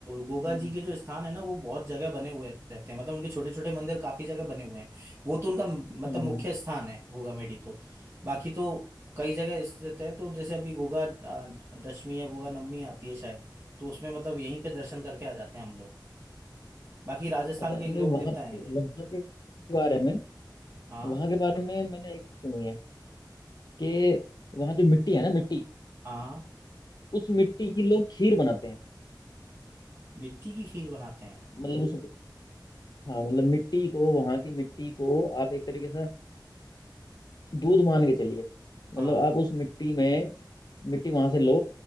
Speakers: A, on the right; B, on the left.
A: गोगा
B: हम्म
A: जी के जो स्थान है ना वो बहुत जगह बने हुए रहते हैं मतलब उनके छोटे छोटे मंदिर काफी जगह बने हुए हैं वो तो उनका मतलब
B: हम्म
A: मुख्य
B: हम्म।
A: स्थान है गोगा मेडी तो बाकी तो कई जगह स्थित है तो जैसे अभी गोगा अ, दशमी या गोगा नवमी आती है शायद तो उसमें मतलब यहीं पे दर्शन करके आ जाते हैं हम लोग बाकी राजस्थान
B: अच्छा
A: के एक
B: नहीं
A: लोक
B: वहाँ
A: देवता है
B: वहाँ
A: ये
B: के बारे में
A: हाँ
B: वहाँ के बारे में मैंने एक सुनी है कि वहाँ जो मिट्टी है ना मिट्टी
A: हाँ हाँ।
B: उस मिट्टी की लोग खीर बनाते हैं
A: मिट्टी की खीर बनाते हैं
B: मतलब उस हाँ मतलब मिट्टी को वहाँ की मिट्टी को आप एक तरीके से दूध मान के चलिए मतलब
A: हाँ
B: आप उस मिट्टी में मिट्टी वहां से लो